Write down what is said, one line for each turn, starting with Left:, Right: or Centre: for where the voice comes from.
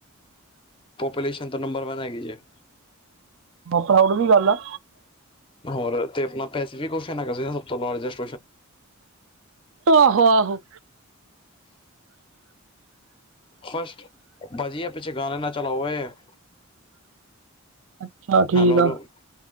Left: ਪਪੂਲੇਸ਼ਨ ਤੋਂ ਨੰਬਰ ਵਨ ਹੈਗੀ ਜੇ
Right: ਪ੍ਰਾਊਡ ਦੀ ਗੱਲ ਆ
Left: ਹੋਰ ਤੇ ਆਪਣਾ ਪੈਸਫਿਕ ਸੀ ਸਭ ਤੋਂ ਲਾਰਜਸਟ
Right: <inaudible> ਆਹੋ ਆਹੋ।
Left: ਫਸ਼ਟ ਪਾਜੀ ਏ ਪਿੱਛੇ ਗਾਣੇ ਨਾ ਚਲਾਉ ਹੋਏ ਹੈ
Right: ਅੱਛਾ ਠੀਕ
Left: ਹੈਲੋ ਹੈਲੋ
Right: ਆ